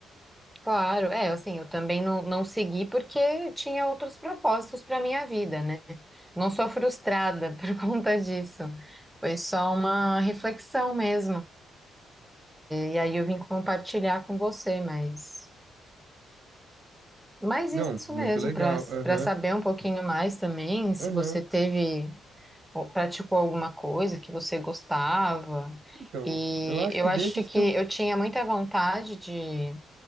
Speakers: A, in the centre; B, on the right.
A: claro. É, assim, eu também não, não segui porque tinha outros propósitos para minha vida, né? Não sou frustrada <laughs> por conta disso. Foi só uma reflexão mesmo. E aí eu vim compartilhar com você, mas mas
B: Não,
A: isso
B: muito
A: mesmo,
B: legal.
A: para
B: Aham,
A: para saber um pouquinho mais também, se
B: aham.
A: você teve ou praticou alguma coisa que você gostava.
B: Então,
A: E
B: eu acho
A: eu
B: que
A: acho
B: desses
A: que
B: que eu.
A: eu tinha muita vontade de